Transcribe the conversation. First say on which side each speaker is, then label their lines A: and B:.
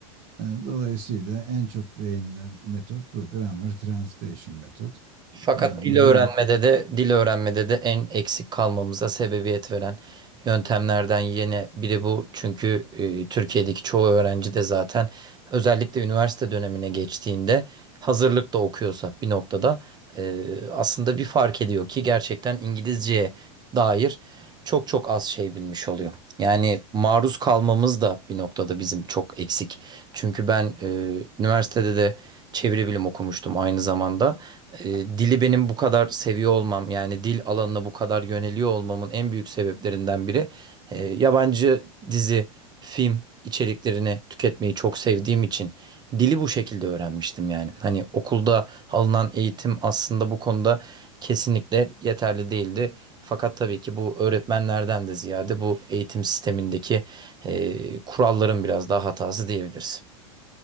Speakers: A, on the right; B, on the right.
A: e, dolayısıyla en çok beğenilen metot bu. Grammar Translation metot.
B: Fakat
A: Tamam mı?
B: dil öğrenmede
A: Real,
B: de dil öğrenmede de en eksik kalmamıza sebebiyet veren yöntemlerden yine biri bu. Çünkü e, Türkiye'deki çoğu öğrenci de zaten özellikle üniversite dönemine geçtiğinde hazırlık da okuyorsa bir noktada e, aslında bir fark ediyor ki gerçekten İngilizceye dair çok çok az şey bilmiş oluyor. Yani maruz kalmamız da bir noktada bizim çok eksik. Çünkü ben e, üniversitede de çeviri bilim okumuştum aynı zamanda e, dili benim bu kadar seviyor olmam yani dil alanına bu kadar yöneliyor olmamın en büyük sebeplerinden biri e, yabancı dizi, film içeriklerini tüketmeyi çok sevdiğim için dili bu şekilde öğrenmiştim yani. Hani okulda alınan eğitim aslında bu konuda kesinlikle yeterli değildi. Fakat tabii ki bu öğretmenlerden de ziyade bu eğitim sistemindeki e, kuralların biraz daha hatası diyebiliriz.